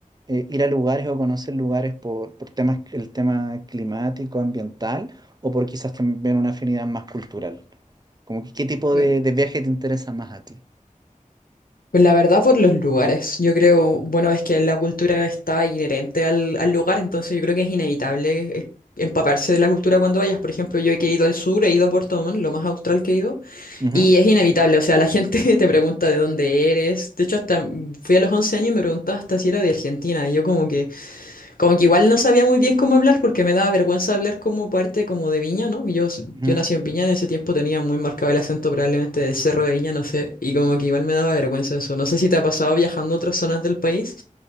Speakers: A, on the right; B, on the left.
A: eh, ir a lugares o conocer lugares por, por temas, el tema climático, ambiental, o por quizás también una afinidad más cultural? Como que, ¿qué tipo
B: <laughs>
A: de, de viaje te interesa más a ti?
B: Pues la verdad por los lugares. Yo creo, bueno, es que la cultura está inherente al, al lugar, entonces yo creo que es inevitable eh, empaparse de la cultura cuando vayas. Por ejemplo, yo que he ido al sur, he ido a Puerto Montt, lo más austral que he ido,
A: Ujú,
B: y es inevitable, o sea, la gente <laughs> te pregunta de dónde eres. De hecho, hasta fui a los 11 años y me preguntaba hasta si era de Argentina, y yo como que... Como que igual no sabía muy bien cómo hablar porque me daba vergüenza hablar como parte como de Viña, ¿no? Yo, s-
A: ujú.
B: yo nací en Viña, en ese tiempo tenía muy marcado el acento probablemente del Cerro de Viña, no sé, y como que igual me daba vergüenza eso. No sé si te ha pasado viajando a otras zonas del país,